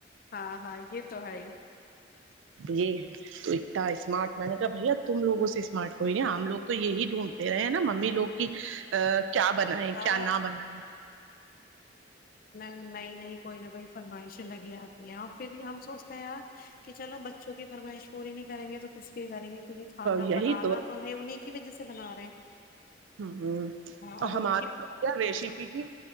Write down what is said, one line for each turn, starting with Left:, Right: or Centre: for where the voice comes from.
Left: ہاں ہاں یہ تو ہے ہی
Right: یہ ہے تو اتنا اسمارٹ میں نے کہا بھیا تم لوگوں سے اسمارٹ کوئی نہیں ہم لوگ تو یہی ڈھونڈتے رہے ہیں نا ممی لوگ کی ا کیا بنائے
Left: ہاں
Right: کیا نہ بنائے
Left: نہیں نہیں کوئی نہ کوئی فرمائشیں لگی آتی ہیں اور پھر بھی ہم سوچتے ہیں آپ کہ چلو بچوں کی فرمائش پوری نہیں کریں گے تو کس کے کریں گے کیونکہ کھانا
Right: یہی
Left: بنانا تو ہے انہیں کی وجہ سے بنا رہے ہیں
Right: ہ ہ
Left: ہاں
Right: تو
Left: اب
Right: ہم
Left: ان
Right: آار
Left: کی
Right: ریسیپی کی